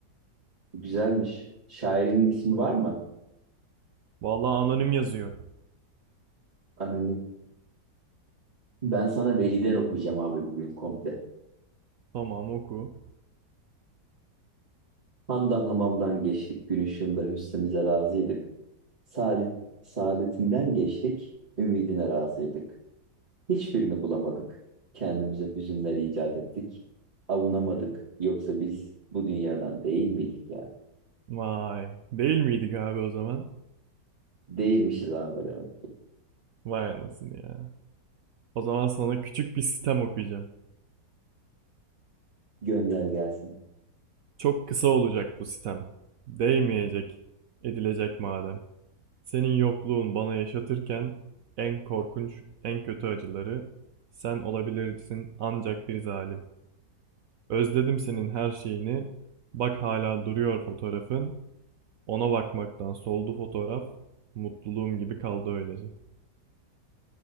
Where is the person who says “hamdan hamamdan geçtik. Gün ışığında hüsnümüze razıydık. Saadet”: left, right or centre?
Right